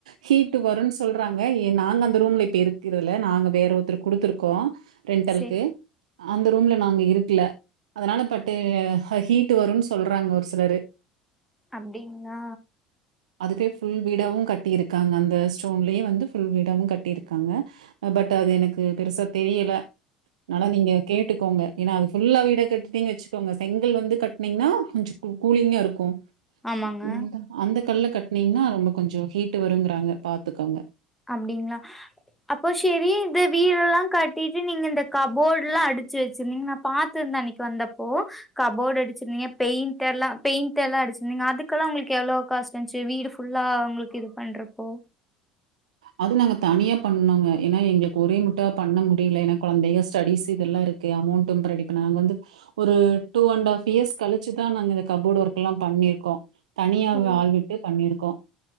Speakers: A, on the right (about 75°); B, in the centre.
A: ஹீட் வருன்னு சொல்றாங்க ஏ நாங்க அந்த ரூம்ல இப்ப இருக்கிறதுல நாங்க வேற ஒருத்தருக்கு குடுத்துருக்கோ ரெண்டலுக்கு
B: சேரி
A: அந் ரூம்ல நாங்க இருக்கல அதனால பட்டு அ ஹீட் வருன்னு சொல்றாங்க ஒரு சில ரு
B: அப்டிங்களா
A: அதுவே ஃபுல் வீடாவு கட்டியிருக்காங்க அந்த ஸ்டோன்லயே வந்து ஃபுல் வீடாவு கட்டியிருக்காங்க பட் அது எனக்கு பெருசா தெரியல அதனால நீங்க கேட்டுக்கோங்க ஏன்னா அது ஃபுல்லா வீட கட்டிடீங்க வச்சுக்கோங்க செங் கல் வந்து கட்டனீங்கன்னா கொஞ்ச கூ கூலிங்கா இருக்கு
B: ஆமாங்க
A: ம் அந்த கல்ல கட்னீங்ன்னா ரொம்ப கொஞ்ச ஹீட் வருங்கிறாங்க பாத்துக்கோங்க
B: அப்புடிங்களா அப்போ சேரி இந்த வீடுல்லா கட்டிட்டு நீங்க இந்த கபோர்ல்லா அடிச்சு வச்சிருந்தீங்க நா பாத்திருந்தே அன்னைக்கி வந்தப்போ கபோர்டு அடிச்சிருந்தீங்க பெயிண்ட்டர்ல்லா பெயிண்டுல்லா அடிச்சிருந்தீங்க அதுக்கெல்லா உங்களுக்கு எவ்ளோ காஷ் வந்துச்சு வீடு ஃபுல்லா உங்களுக்கு இது பண்றப்போ
A: அது நாங்க தனியா பண்னோங்க ஏன்னா எங்களுக்கு ஒரே முட்டா பண்ண முடியல ஏன்னா குழந்தைக ஸ்டடிஸ் இதெல்லா இருக்கு அமௌண்டு ரெடிபண்ண நாங்க வந்து ஒரு டூ அண்ட் ஹாஃப் இயர்ஸ் கழிச்சுதா நாங்க இந்த கப்போர்டு ஒர்க் எல்லா பண்ணிருக்கோ தனியா
B: ஓ
A: ஆள்விட்டு பண்ணிருக்கோ